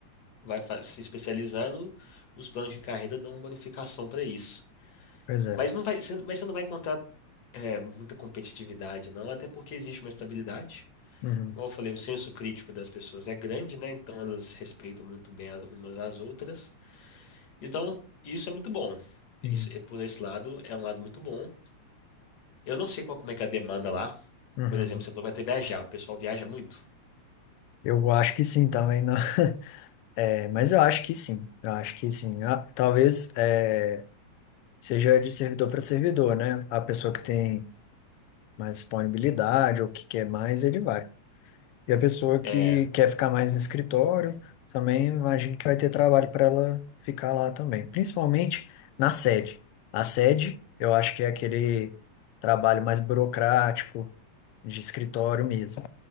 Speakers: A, on the left (about 60°); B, on the left (about 75°).
A: vai fa- se especializando, os planos de carreira dão uma bonificação para isso.
B: Pois é.
A: Mas não vai, você, mas você não vai encontrar é, muita competitividade, não, até porque existe uma estabilidade.
B: Uhum.
A: Como eu falei, o senso crítico das pessoas é grande, né? Então elas respeitam muito bem a- umas às outras. Então, isso é muito bom. Isso,
B: Uhum.
A: é- por esse lado, é um lado muito bom. Eu não sei qual, como é que é a demanda lá.
B: Uhum.
A: Por exemplo, você falou que vai ter viajar. O pessoal viaja muito.
B: Eu acho que sim também, não. <laughs> É, mas eu acho que sim. Eu acho que sim. Ah, Talvez é, seja de servidor para servidor, né? A pessoa que tem mais disponibilidade ou que quer mais, ele vai. E a pessoa
A: É,
B: que quer ficar mais no escritório, também imagino que vai ter trabalho para ela ficar lá também. Principalmente na sede. A sede, eu acho que é aquele trabalho mais burocrático de escritório mesmo,